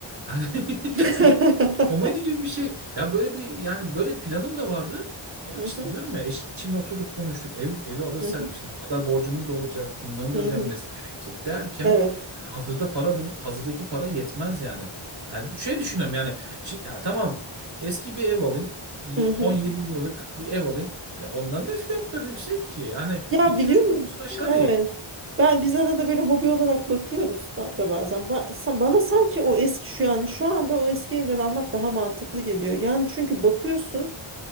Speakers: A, on the right; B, on the right.
A: Yani
B: <laughs>
A: <laughs> Komedi gibi bir şey. Ya böyle bir yani böyle planım da vardı. Ya
B: Hı
A: işte
B: hı,
A: diyorum ya eşimle oturduk konuştuk. Ev, evi alırsak
B: hı hı,
A: işte bu kadar borcumuz da olacak. Bunların
B: hı
A: da ödenmesi
B: hı.
A: gerekecek derken
B: Evet.
A: hazırda para bulu- hazırdaki para yetmez yani. Yani şey düşünüyorum yani, şey, ya tamam eski bir ev alayım. iyi-
B: Hı hı.
A: 10-20 yıllık bir ev alayım. Ya onların da fiyatları yüksek ki. Hani
B: Ya
A: 2-3
B: biliyor musun?
A: milyondan aşağı
B: Evet.
A: değil.
B: Ben biz arada böyle hobi olarak bakıyoruz ba- da bazen. Ba- sa- bana sanki o eski şu yani şu anda o eski evleri almak daha mantıklı geliyor. Yani çünkü bakıyorsun